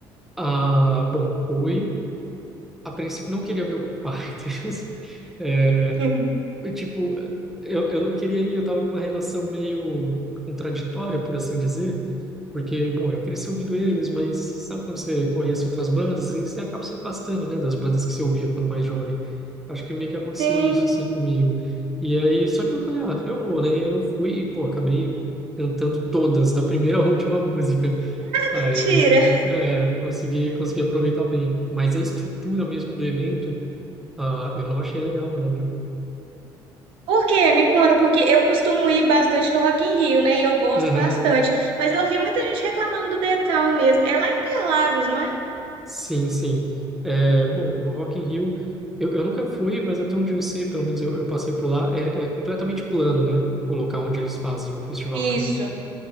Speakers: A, in the centre; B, on the right.
A: Ah, bom, fui. a princípio não queria ver o Foo Fighters. <laughs> É,
B: Uhum.
A: eu, tipo, eu, eu não queria ir, eu tava numa relação meio contraditória, por assim dizer, porque, bom, eu cresci ouvindo eles, mas sabe quando você conhece outras bandas e você acaba se afastando, né, das bandas que você ouvia quando mais jovem. Acho que meio que aconteceu
B: Sim.
A: isso, assim, comigo. E aí, só que eu falei, ah, eu vou, né? E aí eu fui e, pô, acabei cantando todas, da primeira à última música. Aí
B: Mentira.
A: é, consegui, consegui aproveitar bem. Mas a estrutura mesmo do evento, ah, eu não achei legal não, viu?
B: Por quê? Me conta, porque eu costumo ir bastante no Rock in Rio, né? E eu gosto
A: Uhum,
B: bastante. Mas eu ouvi muita gente reclamando do Detal mesmo. É lá em Interlagos, não é?
A: sim, sim. É, bom, no Rock in Rio, eu, eu nunca fui, mas até onde eu sei, pelo menos eu, eu passei por lá, é, é completamente plano, né? O local onde eles fazem o festival,
B: Isso.
A: né?